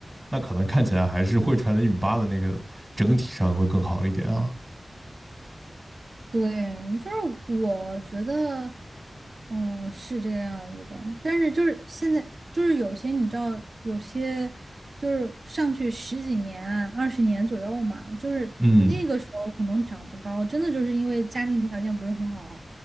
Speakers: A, on the right (about 20°); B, on the right (about 65°).
A: 那可能看起来还是会穿的一米八的那个整体上会更好一点啊。
B: 对，就是我觉得，嗯，是这个样子的。但是就是现在，就是有些你知道，有些就是上去十几年啊二十年左右嘛，就是那个时候可能长不高，
A: 嗯
B: 真的就是因为家庭条件不是很好，